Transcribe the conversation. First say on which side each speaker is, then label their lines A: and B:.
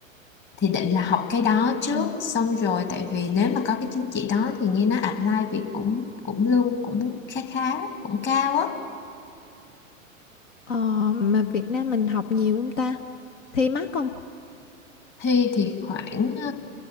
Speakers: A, on the left (about 25°); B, on the left (about 65°).
A: thì định là học cái đó trước
B: Ờ,
A: xong rồi tại vì nếu mà có cái chứng chỉ đó thì nghe nói apply việc cũng cũng lương cũng khá khá cũng cao á
B: ờ mà Việt Nam mình học nhiều không ta? Thi mắc không?
A: thi thì khoảng ờ,